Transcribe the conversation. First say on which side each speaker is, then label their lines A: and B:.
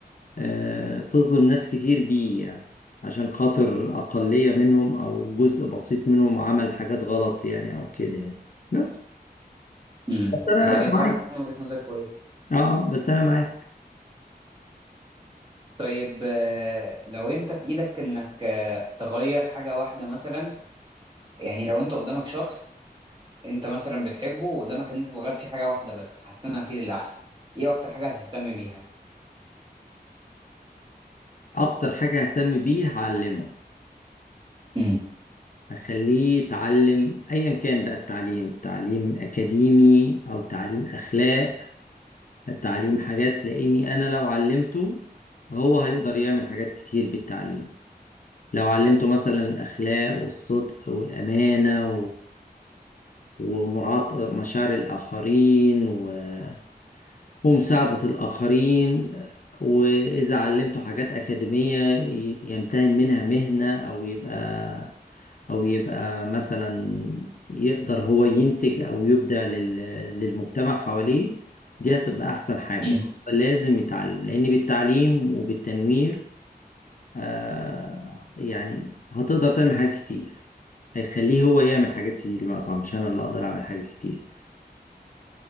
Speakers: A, on the left; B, on the right.
A: آه، تظلم ناس كتير بيه يعني عشان خاطر أقلية منهم أو جزء بسيط منهم عمل حاجات غلط يعني أو كده يعني بس
B: امم
A: بس أنا
B: لا هي فعلا
A: معاك
B: وجهة نظر كويسة
A: أه بس أنا معاك
B: طيب آه، لو انت في ايدك انك آه، تغير حاجة واحدة مثلا يعني لو انت قدامك شخص انت مثلا بتحبه وقدامك ان انت تغير فيه حاجة واحدة بس تحسنها فيه للأحسن ايه اكتر حاجة هتهتم بيها؟
A: أكتر حاجة أهتم بيه هعلمه
B: مم.
A: أخليه يتعلم أيا كان بقى التعليم تعليم أكاديمي أو تعليم أخلاق تعليم حاجات لأني أنا لو علمته هو هيقدر يعمل حاجات كتير بالتعليم لو علمته مثلا الأخلاق والصدق والأمانة ومراعاة مشاعر الآخرين و- ومساعدة الآخرين وإذا علمته حاجات أكاديمية ي- يمتهن منها مهنة أو يبقى أو يبقى مثلا يقدر هو ينتج أو يبدع لل- للمجتمع حواليه دي هتبقى أحسن حاجة
B: مم.
A: لازم يتعلم لأن بالتعليم وبالتنوير آه يعني هتقدر تعمل حاجات كتير هيخليه هو يعمل حاجات كتير بمعنى أصح مش أنا اللي أقدر أعمل حاجات كتير